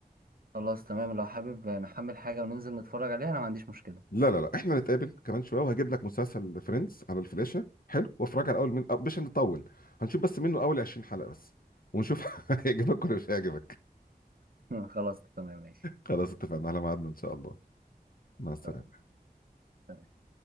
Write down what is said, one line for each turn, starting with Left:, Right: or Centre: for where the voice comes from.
Right: خلاص تمام لو حابب نحمل حاجة وننزل نتفرج عليها انا ما عنديش مشكلة
Left: لا لا لا احنا نتقابل كمان شويه وهجيب لك مسلسل فريندز على الفلاشه حلو وافرجها الاول من أه، مش هنطول هنشوف بس منه اول 20 حلقه بس ونشوف <laughs> هيعجبك ولا مش هيعجبك
Right: <laughs> خلاص تمام ماشي
Left: خلاص اتفقنا على ميعادنا ان شاء الله مع
Right: إن
Left: السلامه
Right: شاء الله. سلام.